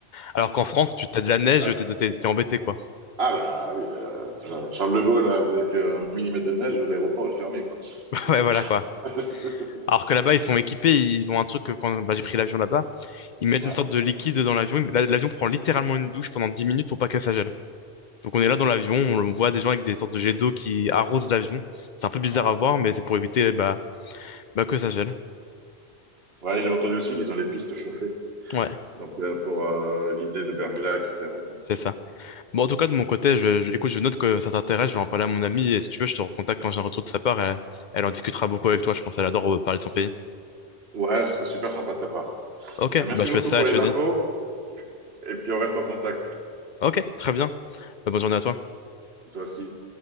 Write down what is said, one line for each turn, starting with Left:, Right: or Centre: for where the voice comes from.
Left: Alors qu'en France, tu t'as de la neige,
Right: ah
Left: t'es t'es- t'es embêté, quoi.
Right: ah bah oui, euh, tu vois, Charles de Gaulle avec euh, un millimètre de neige, l'aéroport est fermé, quoi. C'est-
Left: <laughs> Ouais, voilà,
Right: c'est-
Left: quoi.
Right: <laughs>
Left: Alors que là-bas, ils sont équipés, ils ont un truc que quand bah, j'ai pris l'avion là-bas, Ils mettent
Right: ouais,
Left: une sorte de liquide dans l'avion. La- L'avion prend littéralement une douche pendant 10 minutes pour pas qu'elle s'agèle. Donc on est là dans l'avion, on le voit des gens avec des sortes de jets d'eau qui arrosent l'avion. C'est un peu bizarre
Right: ouais.
Left: à voir, mais c'est pour éviter bah, bah, que ça gèle.
Right: Ouais, j'ai entendu aussi qu'ils ont les pistes chauffées.
Left: Ouais,
Right: Donc, euh, pour euh, éviter le verglas, etc. quoi.
Left: c'est ça. Bon, en tout cas, de mon côté, je, je- écoute, je note que ça t'intéresse, je vais en parler à mon amie, et si tu veux, je te recontacte quand j'ai un retour de sa part, elle, elle en discutera beaucoup avec toi, je pense, elle adore euh, parler de son pays.
Right: Ouais, ce serait super sympa de ta part.
Left: Ok,
Right: Bah, merci
Left: bah je
Right: beaucoup
Left: fais ça,
Right: pour
Left: et je
Right: les
Left: te dis.
Right: infos. Et puis, on reste en contact.
Left: Ok, très bien. Bah, bonne journée à toi.
Right: Toi aussi.